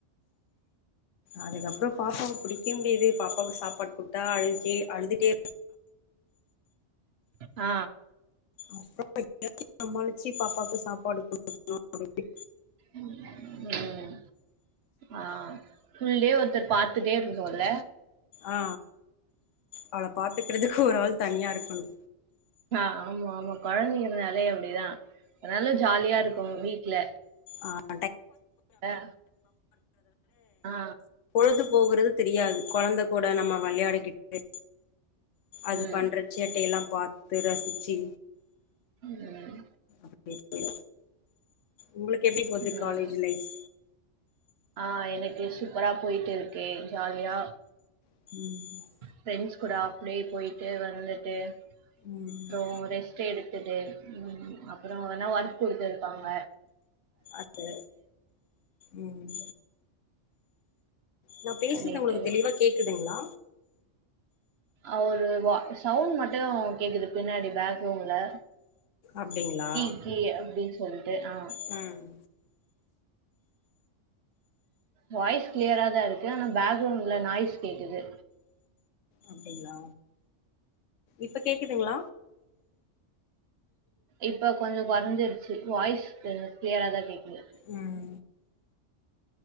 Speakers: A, on the left; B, on the right.
A: அதுக்கப்றோ பாப்பாவுக் புடிக்கவே முடியாது பாப்பாவுக் சாப்பாடு குடுத்தா அழ்கி அழுதுட்டே
B: ஆ
A: அப்றோ சமாளிச்சி பாப்பாவுக்கு சாப்பாடு குடுக்னு <inaudible>
B: ம் ஆ ஃபுல்டே ஒர்தர் பாத்துட்டே இருக்கு போல
A: ஆ அவள பாத்துக்கறதுக்கு ஒரு ஆள் தனியா இருக்கணு
B: ஆ ஆமாமா கொழந்தைங்கனாலே அப்டிதா அதனால ஜாலியா இருக்கு வீட்ல
A: ஆ <inaudible>
B: அ ஆ
A: பொழுது போகுறது தெரியாது கொழந்த கூட நம்ம வெளையாடிக்கிட்டு அது
B: ம்
A: பண்றத் சேட்டையெல்லா பாத்து ரசிச்சி
B: ம்
A: <inaudible> போய்டு உங்ளுக்கு எப்டி போது
B: ம்
A: காலேஜ் லைஃப்
B: ஆ எனக்கு சூப்பரா போயிட்டு இருக்கே ஜாலியா
A: ம்
B: ஃப்ரெண்ட்ஸ் கூட ஆப்டே போய்ட்டு வந்துட்டு
A: ம்
B: அப்றோ ரெஸ் ட் எடுத்துட்டு ம் அப்றோ வேனா ஒர்க் குடுத்துருப்பாங்க
A: அது ம் நா பேசுறது
B: பண்ணிட்டு
A: உங்களுக்கு தெளிவா கேக்குதுங்ளா
B: அ ஒரு வ சவுண்ட் மட்டு கேக்குது பின்னாடி பேக் ரவுண்ட்ல
A: அப்டிங்களா
B: கீ க் அப்டின் சொல்ட்டு ஆ
A: ம்
B: வாய்ஸ் கிளியரா தா இருக்கு ஆனா பேக்ரவுண்ட்ல நாய்ஸ் கேக்குது
A: அப்டிங்களா இப்ப கேக்குதுங்களா
B: இப்ப கொஞ்சோ குறஞ்சிருச்சு வாய்ஸ் கொஞ்சோ கிளியரா தா கேக்குது
A: என்